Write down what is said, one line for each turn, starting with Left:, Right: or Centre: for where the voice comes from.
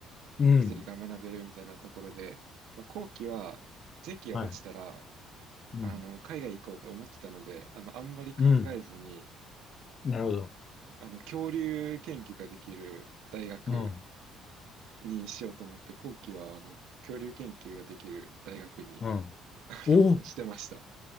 Left: うん、
Right: 物理が学べるみたいなところで、まあ後期は、前期が落ちたら、
Left: はい、うん、
Right: あの、海外行こうと思ってたので、あの、あんまり考えずに、
Left: うん、なるほど。
Right: あの、恐竜研究ができる大学
Left: うん、
Right: にしようと思って、後期は、あの、恐竜研究ができる大学に、
Left: うん。
Right: あの、
Left: おお、
Right: してました。